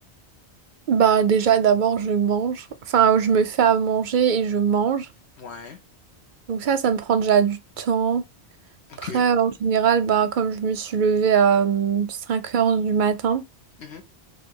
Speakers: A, on the right (about 55°); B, on the left (about 70°).
A: Bah, déjà, d'abord, je mange. Enfin, je me fais à manger et je mange.
B: Ouais,
A: Donc, ça, ça me prend déjà du temps.
B: ok.
A: Après, en général, bah, comme je me suis levée à mmh, cinq heures du matin.
B: Mhm.